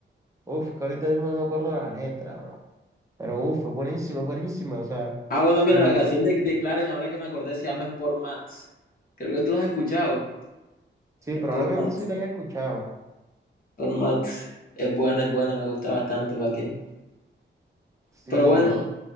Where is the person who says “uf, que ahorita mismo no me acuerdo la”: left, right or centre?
Right